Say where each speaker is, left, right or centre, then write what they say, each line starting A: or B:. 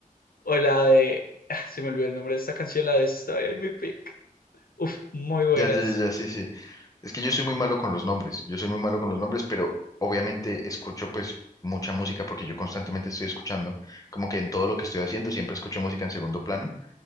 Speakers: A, on the left (about 80°); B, on the left (about 25°).
A: o la de, ah, se me olvidó el nombre de esta canción, la de esta en mi pick, uf, muy buenas,
B: Ya, ya, ya, ya, sí, sí. Es que yo soy muy malo con los nombres, yo soy muy malo con los nombres, pero obviamente escucho pues mucha música porque yo constantemente estoy escuchando, como que en todo lo que estoy haciendo siempre escucho música en segundo plano.